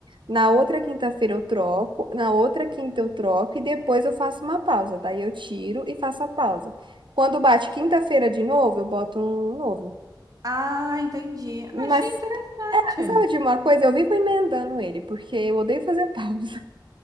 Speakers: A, on the right; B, on the right.
A: na outra quinta-feira eu troco, na outra quinta eu troco e depois eu faço uma pausa. Daí eu tiro e faço a pausa. Quando bate quinta-feira de novo, eu boto um novo.
B: ah, entendi.
A: Mas
B: Achei interessante.
A: sabe de uma coisa? Eu vivo emendando ele, porque eu odeio fazer <laughs> pausa.